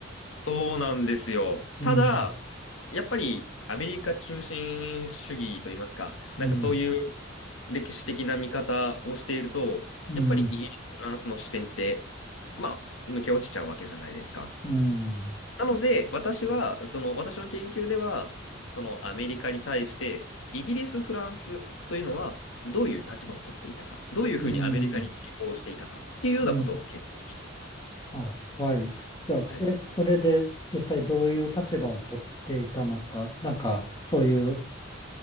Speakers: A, on the left; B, on the left.
A: そうなんですよ。
B: うん、
A: ただ、やっぱりアメリカ中心主義といいますか、
B: うん、
A: なんかそういう歴史的な見方をしていると、
B: うん、
A: やっぱりイギリス、フランスの視点って、まあ、抜け落ちちゃうわけじゃないですか。
B: うん、
A: なので、私は、その、私の研究では、そのアメリカに対して、イギリス、フランスというのは、どういう立場を取っていたか、どういうふうにアメリカに抵抗していたかっていうようなことを研究しています。
B: うん、うん。あ、はい。じゃあ、
A: はい、
B: え、それで実際どういう立場を取っていたのか、なんかそういう、